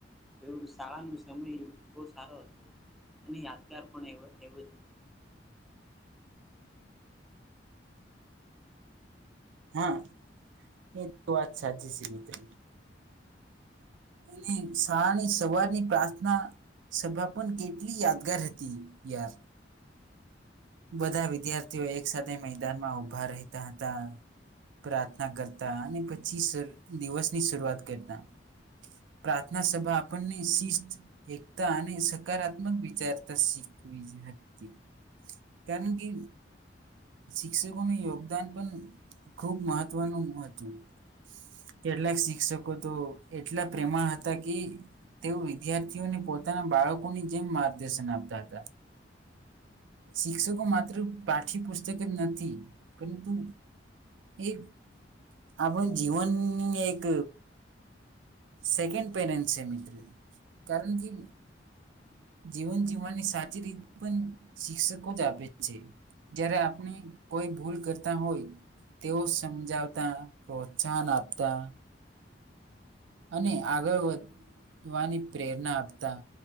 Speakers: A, in the centre; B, on the right.
A: એવું શાળાનો સમય બહુ સારો હતો અને યાદગાર પણ એ. એવું જ હતું.
B: હા એ. ું વાત સાચી છે મિત્ર. અને શાળાની સવારની પ્રાર્થના સભા પણ કેટલી યાદગાર હતી યાર. બધા વિદ્યાર્થીઓ એક સાથે મેદાનમાં ઉભા રહેતા હતા પ્રાર્થના કરતા અને પછી દિવસની શરૂઆત કરતા પ્રાર્થના સભા આપણને શિસ્ત એકતા અને સકારાત્મક વિચારતા શીખવી હતી. કારણ કે શિક્ષકોનું યોગદાન પણ ખૂબ મહત્વનું હતું કેટલાક શિક્ષકો તો એટલા પ્રેમા હતા કે તેઓ વિદ્યાર્થીઓને પોતાના બાળકોની જેમ માર્ગદર્શન આપતા હતા. શિક્ષકો માત્ર પાઠ્યપુસ્તક જ નથી પરંતુ એક આપણે જીવનની એક. સેકન્ડ પેરેન્ટ છે મિત્ર કારણ કે જીવન જીવવાની સાચી રીતે પણ શિક્ષકો જ આપે છે જય્યારે આપણે કોઈ ભૂલ કરતા હોય તેઓ સમજાવતા પ્રોત્સાહન આપતા. અને આગળ વધવાની પ્રેરણા આપતા